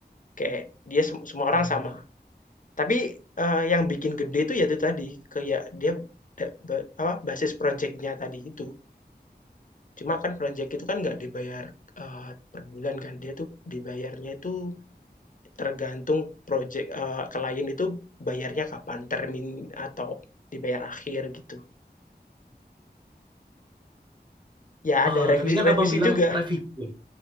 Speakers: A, on the left; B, on the right.
A: Kayak dia sem semua orang
B: Oh,
A: sama tapi, eee, yang bikin gede itu ya itu tadi, kayak dia da ba apa, basis projeknya tadi itu. Cuma kan projek itu kan nggak dibayar, eee, per bulan kan, dia tuh dibayarnya itu tergantung projek eee, klien itu bayarnya kapan, termin atau dibayar akhir gitu. Ya ada
B: Eh,
A: revisi-revisi
B: tadi kan abang bilang
A: juga.
B: revisi. ya?